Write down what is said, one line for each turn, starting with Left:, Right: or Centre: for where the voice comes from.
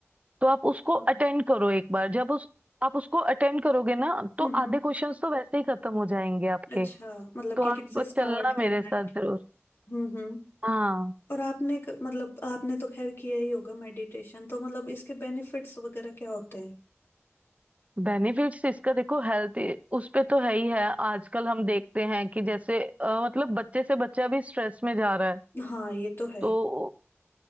Right: तो आप उसको
Left: हम्म
Right: अटेंड करो एक बार जब उस आप उसको अटेंड करोगे ना तो
Left: हम्म
Right: आधे क्वेश्चंस तो वैसे ही खत्म हो जाएंगे आपके
Left: अच्छा मतलब
Right: तो
Left: कि कैसे
Right: आप
Left: स्टार्ट
Right: चलना मेरे
Left: करना
Right: साथ
Left: है
Right: जरूर
Left: हम्म हम्म
Right: हाँ तो
Left: और आपने क- मतलब आपने तो खैर किया ही होगा मेडिटेशन तो मतलब इसके बेनिफिट्स वगैरह क्या होते हैं
Right: बेनिफिट्स इसका देखो हेल्थ उस पे तो है ही है आजकल हम देखते हैं कि जैसे अ, मतलब बच्चे से बच्चा भी स्ट्रेस में जा रहा है
Left: हाँ ये तो है
Right: तो